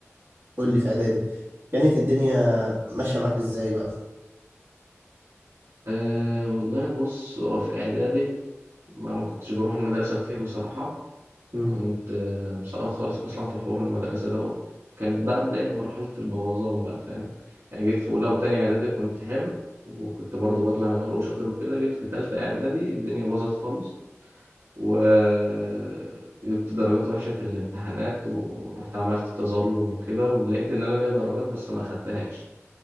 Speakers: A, on the right; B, on the right.
A: قول لي في اعدادي كانت الدنيا ماشيه معاك ازاي بقى
B: أه والله بص هو في اعدادي ما ما كنتش بروح المدرسة كتير بصراحة
A: مم.
B: وكنت آه، مسقط خالص اصلا في حوار المدرسة ده وكانت بقى بداية مرحلة البوظان بقى فاهم يعني جيت في اولى وتانية اعدادي كنت حلو وكنت برضه بطلع من الاول وشاطر وكده جيت في تالتة اعدادي الدنيا باظت خالص وجبت درجات وحشة في الامتحانات ورحت عملت تظلم وكده ولقيت إن أنا ليا درجات بس ما خدتهاش